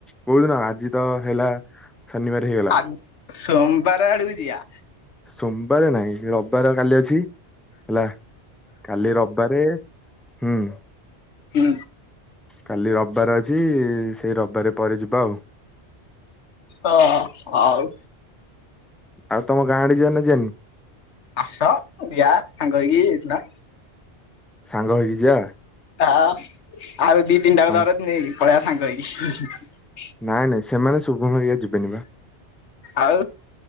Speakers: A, in the centre; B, on the left (about 80°).
A: କଉ ଦିନ ଆଜି ତ ହେଲା। ଶନିବାର ହେଇଗଲା
B: ଆ ସୋମବାର ଆଡକୁ ଜିଆ।
A: ସୋମବାର ନାଇଁ ରବିବାର କାଲି ଅଛି ହେଲା। କାଲି ରବିବାରେ ହୁଁ।
B: ହୁଁ।
A: କାଲି ରବିବାର ଅଛି ସେଇ ରବିବାରେ ପରେ ଯିବା ଆଉ।
B: ହଁ ଆଉ।
A: ଆଉ ତମ ଗାଁ ଆଡ଼େ। ଜିଆ ନା ଜିଆନି।
B: ଆସ ଜିଆ ସାଙ୍ଗ ହେଇକି ଏଇଖିନା।
A: ସାଙ୍ଗ ହେଇକି ଯିଆ।
B: ତ। ଆଉ ଦି ତିନି ଟା
A: ସାଙ୍ଗ-
B: କୁ ଧରତୁ ନେଇକି। ପଳେଇଆ ସାଙ୍ଗ ହେଇକି।
A: ନାଇଁ ନାଇଁ ସେମାନେ ଶୁଭମ ଘରିକା ଯିବେନି ବା।
B: ଆଉ।